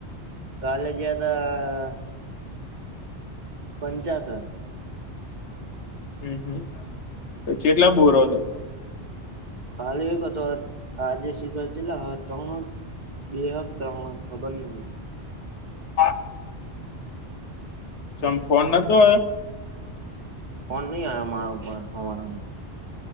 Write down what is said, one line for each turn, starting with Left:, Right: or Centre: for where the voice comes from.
Right: કાલે ગ્યાતા પંચાસર.
Left: અમ હમ્મ પછી કેટલા બોરોલ હતા?
Right: કાલે એક હતો આ આજે શિખબર જેટલા હત ત્રણ બે હ ત્રણ હ ખબર નથી.
Left: હા. મ ફોન નતો
Right: ફન ન હ અમારારમા.